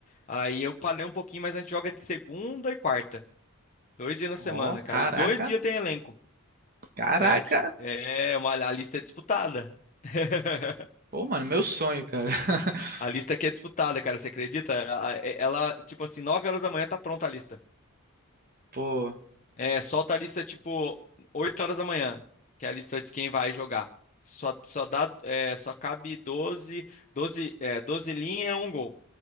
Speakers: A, on the left (about 35°); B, on the right (about 40°).
A: Aí eu parei um pouquinho, mas a gente joga de segunda e quarta. Dois dias na
B: ó,
A: semana, cara.
B: caraca,
A: Os dois dias tem elenco.
B: caraca.
A: É, aqui, é uma, a lista é disputada. <laughs>
B: Pô, mano, meu sonho, cara. <laughs>
A: A lista aqui é disputada, cara, você acredita? A- é- Ela, tipo assim, 9 horas da manhã tá pronta a lista.
B: Pô.
A: É, solta a lista, tipo, 8 horas da manhã, que é a lista de quem vai jogar. Só, só dá, é, só cabe doze doze é, 12 linhas, um gol.